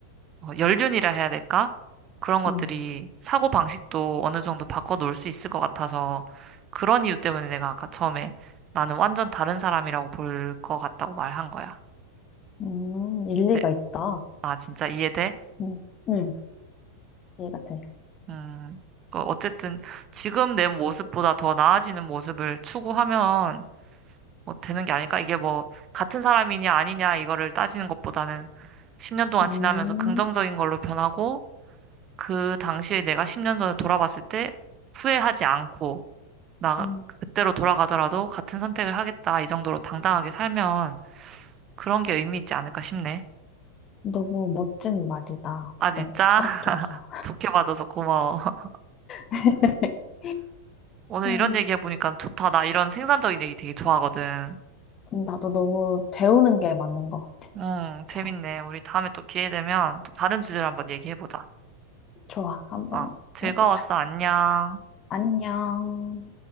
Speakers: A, on the right (about 30°); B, on the left (about 30°).
A: 어, 연륜이라 해야 될까? 그런 것들이
B: 음,
A: 사고 방식도 어느 정도 바꿔 놓을 수 있을 것 같아서 그런 이유 때문에 내가 아까 처음에 나는 완전 다른 사람이라고 볼 것 같다고 말한 거야.
B: 음, 일리가
A: 네.
B: 있다.
A: 아, 진짜 이해돼?
B: 응, 응, 이해가 돼.
A: 음, 그 어쨌든 지금 내 모습보다 더 나아지는 모습을 추구하면 뭐 되는 게 아닐까? 이게 뭐 같은 사람이냐 아니냐 이거를 따지는 것보다는 10년 동안
B: 음,
A: 지나면서 긍정적인 걸로 변하고 그 당시에 내가 10년 전에 돌아봤을 때 후회하지 않고 나
B: 음,
A: 그때로 돌아가더라도 같은 선택을 하겠다 이 정도로 당당하게 살면 그런 게 의미 있지 않을까 싶네.
B: 너무 멋진 말이다.
A: 아
B: 진짜
A: 진짜
B: 철학적이야.
A: <laughs> 좋게 봐줘서 고마워. <laughs>
B: <laughs>
A: 오늘
B: 음,
A: 이런 얘기 해보니까 좋다. 나 이런 생산적인 얘기 되게 좋아하거든.
B: 나도 너무 배우는 게 많은 것 같아.
A: 응, 재밌네.
B: 좋았어.
A: 우리 다음에 또 기회 되면 또 다른 주제로 한번 얘기해보자.
B: 좋아, 한번
A: 어, 즐거웠어.
B: 해보자.
A: 안녕.
B: 안녕.